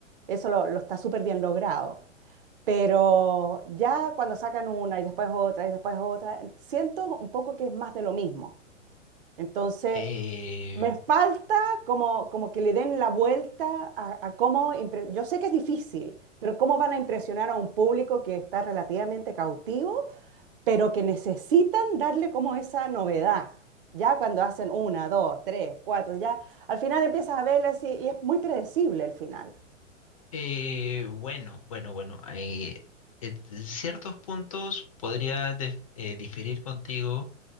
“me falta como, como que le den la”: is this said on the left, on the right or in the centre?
Right